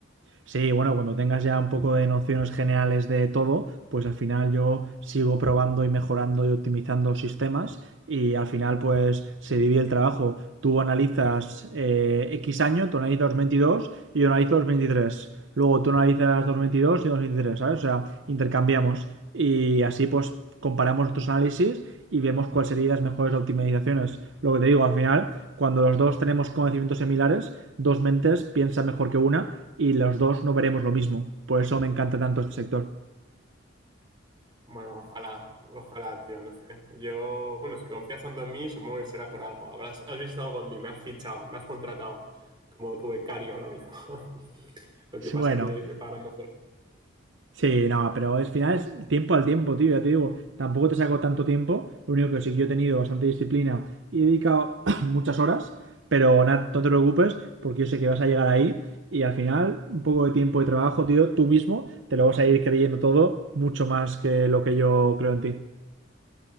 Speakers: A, on the right; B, on the right.
A: Sí, bueno, cuando tengas ya un poco de nociones generales de todo, pues al final yo sigo probando y mejorando y optimizando sistemas y al final pues se divide el trabajo. Tú analizas eh, X año, tú analizas 2022 y yo analizo 2023. Luego tú analizas 2022 y 2023, ¿sabes? O sea, intercambiamos y así pues comparamos nuestros análisis y vemos cuáles serían las mejores optimizaciones. Lo que te digo, al final, cuando los dos tenemos conocimientos similares, dos mentes piensan mejor que una y los dos no veremos lo mismo. Por eso me encanta tanto este sector.
B: Bueno, ojalá, ojalá, tío, no sé. Yo, bueno, si confías tanto en mí, supongo que será por algo. Habrás, has visto algo en mí, me has fichado, me has contratado como tu becario ahora mismo. <laughs> Lo que pasa
A: Bueno,
B: que me pagan mejor.
A: Sí, no, pero al final es tiempo al tiempo, tío, ya te digo, tampoco te saco tanto tiempo, lo único que sí que yo he tenido bastante disciplina y he dedicado <coughs> <clears throat> muchas horas, pero nada, no te preocupes porque yo sé que vas a llegar ahí y al final un poco de tiempo y trabajo, tío, tú mismo te lo vas a ir creyendo todo mucho más que lo que yo creo en ti.